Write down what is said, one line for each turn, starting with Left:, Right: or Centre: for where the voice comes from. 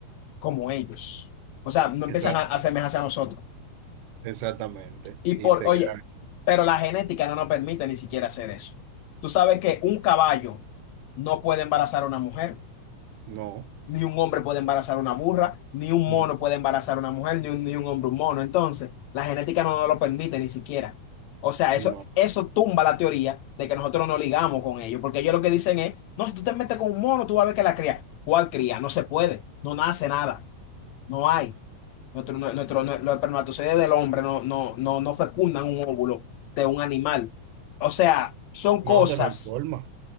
Left: como ellos? O sea, no empiezan
Right: exact-
Left: a a asemejarse a nosotros.
Right: exactamente.
Left: Y
Right: Y
Left: por,
Right: se
Left: oye,
Right: quedan,
Left: pero la genética no nos permite ni siquiera hacer eso. Tú sabes que un caballo no puede embarazar a una mujer.
Right: no,
Left: Ni un hombre puede embarazar una burra, ni un
Right: no,
Left: mono puede embarazar una mujer, ni un, ni un hombre un mono. Entonces, la genética no nos lo permite ni siquiera. O sea, eso,
Right: no,
Left: eso tumba la teoría de que nosotros no ligamos con ellos, porque ellos lo que dicen es, no, si tú te metes con un mono, tú vas a ver que la cría. ¿Cuál cría? No se puede, no nace nada, no hay. Nuestro, nue- nuestro, nue- los espermatozoides del hombre no, no, no, no fecundan un óvulo de un animal. O sea, son
Right: no,
Left: cosas
Right: que no hay forma.